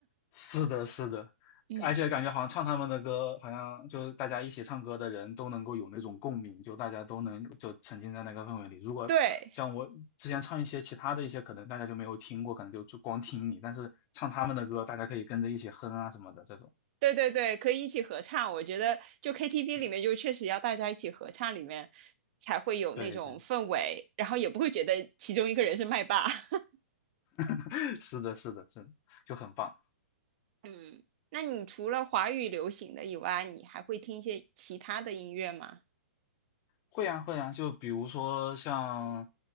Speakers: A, on the left; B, on the right.
A: 是的，是的，
B: <laughs> 嗯，
A: 而且感觉好像唱他们的歌，好像就是大家一起唱歌的人都能够有那种共鸣，就大家都能就沉浸在那个氛围里。如果像我之前唱一些其他的一些，
B: 对，
A: 可能大家就没有听过，可能就就光听你，但是唱他们的歌，大家可以跟着一起哼啊什么的这种。
B: 对对对，可以一起合唱。我觉得就 KTV
A: 对
B: 里面，就确实要大家一起合唱，里面才会有那种氛围，
A: 对对，
B: 然后也不会觉得其中一个人是麦霸。<laughs>
A: <laughs> 是的，是的，是的，就很棒。
B: 嗯，那你除了华语流行的以外，你还会听一些其他的音乐吗？
A: 会啊会啊，就比如说像，